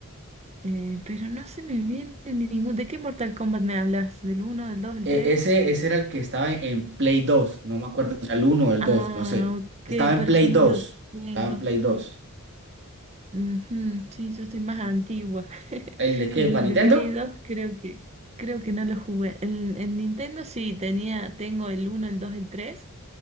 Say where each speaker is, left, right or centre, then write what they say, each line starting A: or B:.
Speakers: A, on the right; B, on the right.
A: Eh, pero no se me viene ningún. ¿De qué Mortal Kombat me hablas? ¿Del uno, del 2, del
B: E-
A: tres.
B: ese, ese era el que estaba en, en Play dos no me acuerdo si era el uno o el
A: Ah,
B: dos no sé.
A: ok,
B: Estaba en
A: por
B: Play
A: eso
B: dos
A: no lo tengo.
B: estaba en Play dos
A: Ujú, Sí, yo estoy más antigua. <laughs>
B: ¿El de qué?
A: El
B: ¿Para Nintendo?
A: de Play 2 creo que creo que no lo jugué. El, en Nintendo sí tenía, tengo el uno el 2 el 3